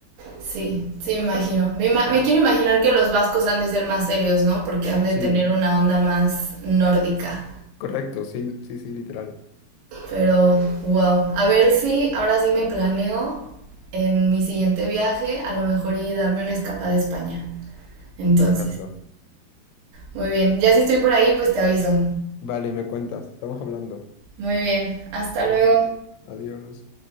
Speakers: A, on the right; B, on the left.
A: Sí, sí, me imagino. Me, ima- me quiero imaginar que los vascos han de ser más serios, ¿no? Porque han de
B: Sí.
A: tener una onda más nórdica.
B: Correcto, sí, sí, sí, literal.
A: Pero, wow. A ver si ahora sí me planeo en mi siguiente viaje, a lo mejor y darme una escapada a España. Entonces,
B: Pues hazlo.
A: muy bien. Ya si estoy por ahí, pues te aviso.
B: Vale, me cuentas, estamos hablando.
A: Muy bien. Hasta luego.
B: <laughs> Adiós.